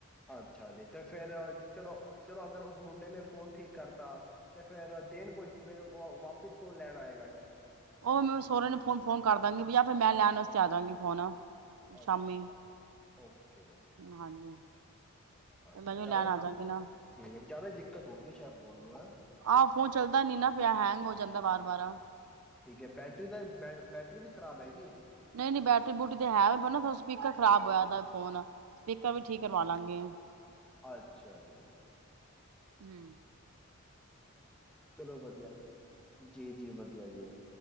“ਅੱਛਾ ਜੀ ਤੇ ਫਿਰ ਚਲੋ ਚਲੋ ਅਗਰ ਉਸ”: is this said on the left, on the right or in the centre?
Centre